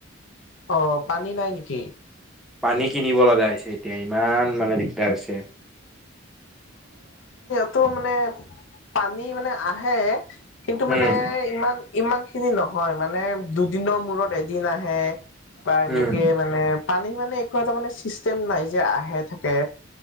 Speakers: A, on the left; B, in the centre.
A: অ' পানী নাই নেকি?
B: পানী কিনিব লগা হৈছে এতিয়া ইমান মানে দিগদাৰ হৈছে।
A: তটো মানে পানী মানে আহে। কিন্তু মানে
B: উম,
A: ইমান ইমান খিনি নহয় মানে দুদিনৰ মূৰত এদিন আহে। বা এনেকে
B: উম,
A: মানে পানী মানে একো এটা মানে চিষ্টেম নাই যে আহে থাকে